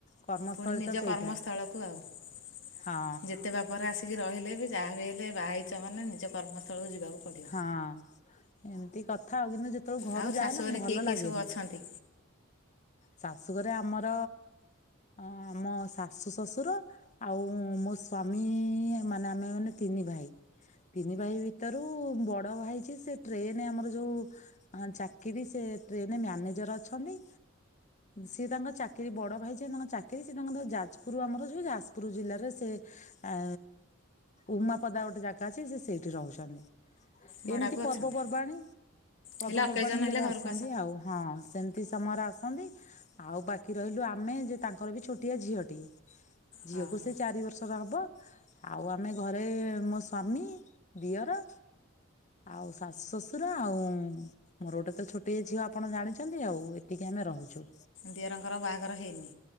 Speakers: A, on the left (about 35°); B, on the left (about 60°).
A: କର୍ମସ୍ଥଳୀ
B: ପୁଣି ନିଜ
A: ତ ସେଇଟା
B: କର୍ମସ୍ଥଳକୁ ଆଉ। ଯେତେ
A: ହଁ
B: ଏତେ ବାପଘରେ ଆସିକି ରହିଲେ ବି ଯାହା ବିି ହେଲେ ବାହା ହେଇଚ ମାନେ ନିଜ କର୍ମସ୍ଥଳକୁ ଯିବାକୁ ପଡ଼ିବ।
A: ହଁ ଏମିତି କଥା ଆଉ କିନ୍ତୁ ଯେତେବେଳେ ଘରୁ
B: ଆଉ
A: ଯାଏନା
B: ଶାଶୁଘରେ
A: ଭଲ
B: କିଏ କିଏ
A: ଲାଗେନି।
B: ସବୁ ଅଛନ୍ତି
A: ଶାଶୁଘରେ ଆମର ଆଁ ଆମ ଶାଶୁ ଶଶୁର ଆଉ ମୋ ସ୍ଵାମୀ ମାନେ ଆମେ ମାନେ ତିନି ଭାଇ। ତିନି ଭାଇ ଭିତରୁ ରୁ ବଡ଼ ଭାଇ ଯିଏ ଟ୍ରେନ ଆମର ଯୋଉ ଆଁ ଚାକିରି ସେ ଟ୍ରେନ ମ୍ୟାନେଜର ଅଛନ୍ତି। ସିଏ ତାଙ୍କ ଚାକିରି ବଡ ଭାଇ ଯେ ତାଙ୍କ ଚାକିରି ସେ ତାଙ୍କର ଯାଜପୁର ଆମର ଯୋଉ ଯାଜପୁର ଜିଲ୍ଲାରେ ସେ ଆ ଉମାପଦା ଗୋଟେ ଜାଗା ଅଛି ସେ ସେଇଠି ରହୁଛନ୍ତି।
B: ଭଡ଼ାକୁ
A: ଏମିତି ପର୍ବପର୍ବାଣୀ
B: ଅଛନ୍ତି
A: ପର୍ବପର୍ବାଣୀ
B: ହେଲେ ଅକେଜନ୍
A: ଇଏରେ
B: ହେଲେ ଘରକୁ
A: ଆସନ୍ତି ଆଉ ହଁ ସେମିତି। ସେ ସମୟରେ ଆସନ୍ତି ଆଉ ବାକି ରହିଲୁ ଆମେ ଯେ ତାଙ୍କର ବି ଛୋଟିଆ ଝିଅଟିଏ। ଝିଅକୁ
B: ହଁ ହଁ
A: ସେ ଚାରି ବର୍ଷର ହବ। ଆଉ ଆମେ ଘରେ ମୋ ସ୍ଵାମୀ ଦିଅର। ଆଉ ଶାଶୁ ଶ୍ୱଶୁର ଆଉ ମୋର ଗୋଟେ ତ ଛୋଟିଆ ଝିଅ ଆପଣ ଜାଣିଚନ୍ତି ଆଉ ଏତିକି ଆମେ ରହୁଚୁ।
B: ଦିଅରଙ୍କର ବାହାଘର ହେଇନି?